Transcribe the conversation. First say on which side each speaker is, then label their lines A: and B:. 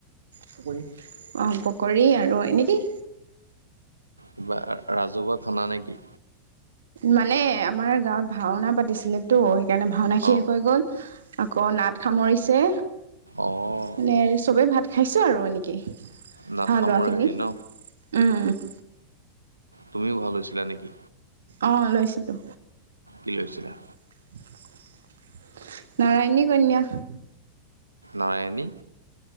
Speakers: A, on the right; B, on the right.
A: পকৰী অঁ পকৰী আৰু এনেকে।
B: কিবা ৰাজহুৱা খানা নেকি?
A: মানে আমাৰ গাঁৱত ভাওনা পাতিছিলেতো সেইকাৰণে ভাওনা শেষ
B: অ',
A: হৈ গ'ল। আকৌ নাট সামৰিছে।
B: অ'।
A: মানে চবে ভাত খাইছে আৰু এনে কে
B: নাটসামোৰা
A: ভাও লোৱাখিনি
B: হেৰি ন?
A: উম।
B: তুমিও ভাও লৈছিলা নেকি?
A: অঁ' লৈছিলো।
B: কি লৈছিলা?
A: <inaudible> নাৰায়ণী কন্যা।
B: নাৰায়নী।